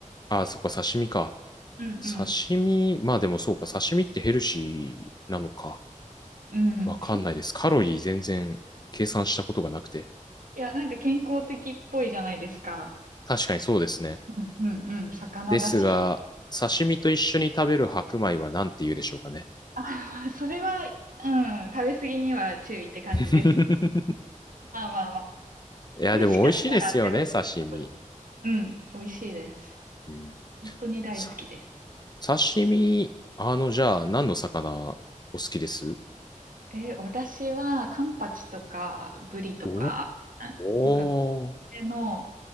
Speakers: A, on the left (about 30°); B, on the right (about 85°).
A: あ、そっか、刺身か。
B: うんうん。
A: 刺身、まあでもそうか、刺身ってヘルシーなのか。
B: うん。
A: わかんないです。カロリー全然計算したことがなくて。
B: いや、なんか健康的っぽいじゃないですか。
A: 確かにそうですね。
B: うんうんうん、魚だし。
A: ですが、刺身と一緒に食べる白米は何て言うでしょうかね。
B: あ、それは、うん、食べ過ぎには注意って感じです。
A: <laughs>
B: まあまあまあ。
A: いや、
B: 美味しかったらゼロキロカロリー。
A: でも美味しいですよね、刺身。
B: うん、美味しいです。
A: うん、
B: 本当に大好きです。
A: さ刺身、あの、じゃあ、何の魚お好きです
B: え、私はカンパチとかブリとか、
A: お
B: あなんか
A: おー。
B: 手の、